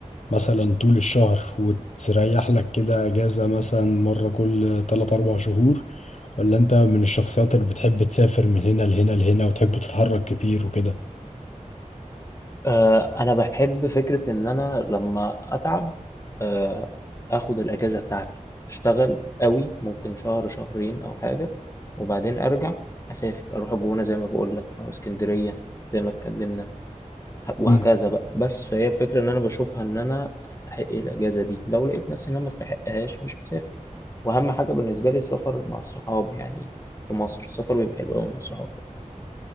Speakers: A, on the left (about 60°); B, on the left (about 25°).
A: مثلا طول الشهر وتريح لك كده اجازة مثلا مرة كل 3 4 شهور ولا انت من الشخصيات اللي بتحب تسافر من هنا لهنا لهنا وتحب تتحرك كتير وكده
B: آه انا بحب فكره ان انا لما اتعب آه اخد الاجازه بتاعتي اشتغل قوي ممكن شهر شهرين او حاجه وبعدين ارجع اسافر اروح الجونه زي ما بقول لك اروح اسكندريه زي ما اتكلمنا ه- وهكذا
A: مم.
B: بقى بس فهي الفكره ان انا بشوفها ان انا استحق الاجازه دي لو لقيت نفسي ان انا ما استحقهاش مش بسافر واهم حاجه بالنسبه لي السفر مع الصحاب يعني في مصر السفر بيبقى حلو قوي مع الصحاب